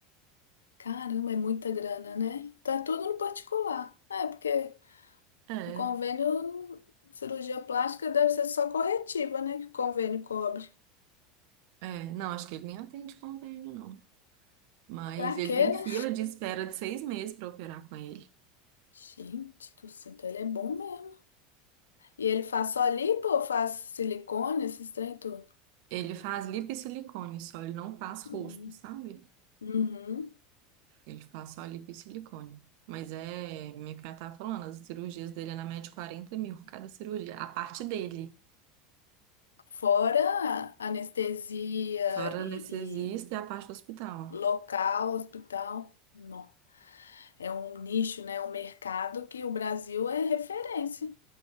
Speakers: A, on the left; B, on the right.
A: caramba, é muita grana, né? Tá tudo no particular. É, porque
B: É,
A: o convênio, cirurgia plástica deve ser só corretiva, né? Que o convênio cobre.
B: é, não, acho que ele nem atende convênio, não. Mas
A: Pra
B: ele
A: quê,
B: tem fila
A: né?
B: de espera de seis meses pra operar com ele.
A: Gente do céu, então ele é bom mesmo. E ele faz só lipo ou faz silicone, esses trem tudo?
B: Ele faz lipo e silicone só, ele não faz rosto,
A: Uhum.
B: sabe?
A: Uhum.
B: Ele faz só lipo e silicone. Mas é, minha cunhada tava falando, as cirurgias dele é na média de 40 mil cada cirurgia. A parte dele,
A: Fora anestesia
B: fora
A: e,
B: anestesista
A: e
B: e a parte do hospital.
A: local, hospital, não. É um nicho, né? Um mercado que o Brasil é referência.